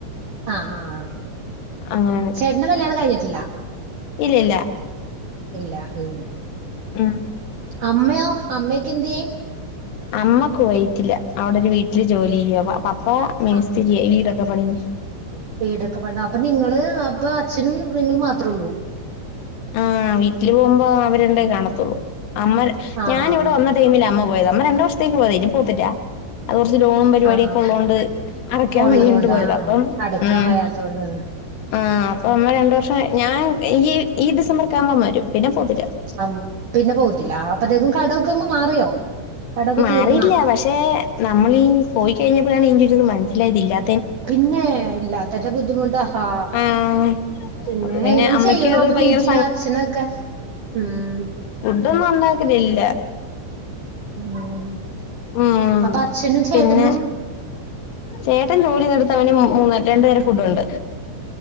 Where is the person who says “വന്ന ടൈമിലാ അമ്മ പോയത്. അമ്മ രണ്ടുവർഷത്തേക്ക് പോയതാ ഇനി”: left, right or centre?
Left